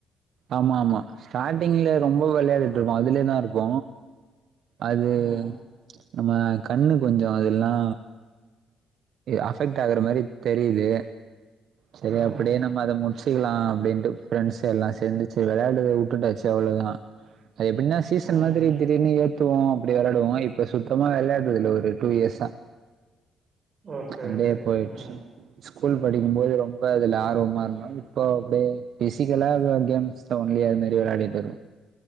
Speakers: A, on the right (about 70°); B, on the right (about 45°).
A: ஆமாம்மா ஸ்டார்ட்டிங்ல ரொம்ப விளையாடிட்ருப்போ அதுலே தா இருக்கு அது
B: ம்.
A: நம்ம கண்ணு கொஞ்சோ அதுலா அஃபெக்ட் ஆகுற மாரி தெரிது செரி
B: ம்.
A: அப்படே நம்ம அத மு ச்சிக்கலா அப்டின்ட்டு பிரண்ட்ஸ் எல்லா சேந்து சேர் விளையாடுறத உட்டுட்டு டச்சு அவ்ளோ தா அது எப்டின்னா சீசன்
B: ம்.
A: மாதிரி திடீர்ன்னு ஏத்துவோ அப்படி வெளையாடுவோ இப்ப சுத்தமா வெளையாடுறதுல்ல ஒரு டூ இயர்ஸ்ஸா
B: ஓகே,
A: அப்டியே
B: ஓகே.
A: போயிர்ச்சு
B: ம்.
A: ஸ்கூல் படிக்கும்போது ரொம்ப அதுல ஆர்வமா இருந்த இப்போ அப்டே பிசிக்கலா எதோ கேம்ஸ் டவுன்லயே அது மேரி வெளையாடிட்டு வருவோ